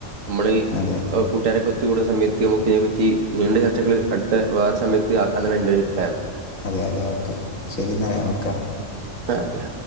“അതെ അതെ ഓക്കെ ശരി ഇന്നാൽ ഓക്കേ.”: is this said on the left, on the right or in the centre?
Left